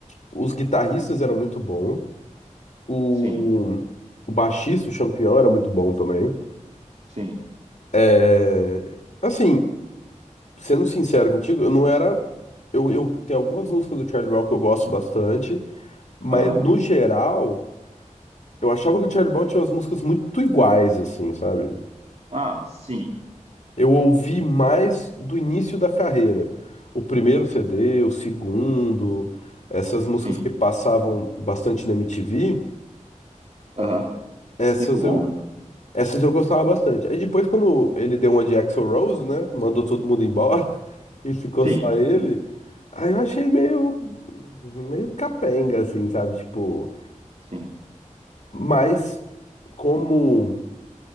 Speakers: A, on the left; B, on the right.
A: os guitarristas eram muito bons, o,
B: Sim.
A: o baixista, o Champignon, era muito bom também.
B: Sim.
A: É, assim, sendo sincero contigo, eu não era. Eu, eu tenho algumas músicas do Charlie Brown que eu gosto bastante, Mas
B: Aham.
A: no geral, eu achava que o Charlie Brown tinha umas músicas muito iguais, assim, sabe?
B: Ah, sim.
A: Eu ouvi mais do início da carreira. O primeiro CD, o segundo, essas músicas
B: Sim.
A: que passavam bastante na MTV,
B: Aham.
A: essas
B: Tempo bom,
A: eu,
B: né?
A: essas eu gostava bastante. Aí depois, quando ele deu uma de Axl Rose, né? Mandou todo mundo embora <laughs> e ficou
B: Sim.
A: só ele. Aí eu achei meio, meio capenga, assim, sabe? Tipo,
B: Sim.
A: mas como.